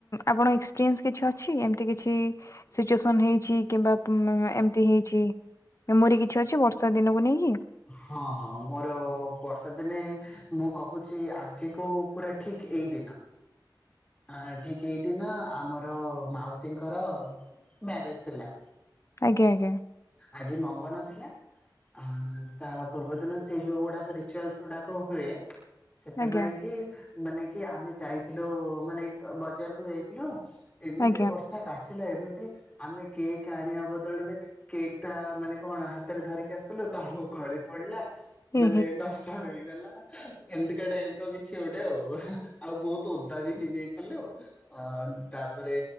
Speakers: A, on the left; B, on the left.
A: ଆପଣ ଏକ୍ସପିରିନ୍ସ କିଛି ଅଛି ଏମତି କିଛି ସିଚୁଏସନ୍ ହେଇଛି କିମ୍ବା ଏମତି ହେଇଛି? ଏମୋରି କିଛି ଅଛି ବର୍ଷା ଦିନକୁ ନେଇକି?
B: ହଁ ହଁ ମୋର ବର୍ଷା ଦିନେ ମୁଁ କହୁଛି ଆଜିକୁ ପୁରା ଠିକ୍ ଏଇ ଦିନ। ଆ ଠିକ୍ ଏଇଦିନ ଆମର ମାଉସୀଙ୍କର ମ୍ୟାରେଜ ଥିଲା।
A: ଆଜ୍ଞା ଆଜ୍ଞା।
B: ଆଜି ମଙ୍ଗନ ଥିଲା ଆ ତା ପୂର୍ବ ଦିନ ସେ ଯୋଉ ଗୁଡାକ ରିଚୁଆଲସ ଗୁଡାକ ହୁଏ ସେଥିପାଇଁ
A: ଆଜ୍ଞା
B: କି ମାନେ କି ଆମେ ଯାଇଥିଲୁ ମାନେ ବଜାରକୁ ଯାଇଥିଲୁ ଏମିତି
A: ଆଜ୍ଞା।
B: ବର୍ଷା କା ଏମିତି ଆମେ କେକ ଆଣିବା ବଦଳରେ କେକ୍ଟା ମାନେ କଣ ହାତରେ ଧରିକି ଆସିଥିଲୁ ତା ଗଳି ପଡିଲା
A: ଏ
B: ମାନେ ନଷ୍ଟ ହେଇଗଲା। ଏମିତିକା ଟାଇମର କିଛି ଗୋଟେ ଆଉ ଆଉ ବହୁତ ଓଦା ବି ହେଇଯାଇଥିଲୁ। ଅ ତାପରେ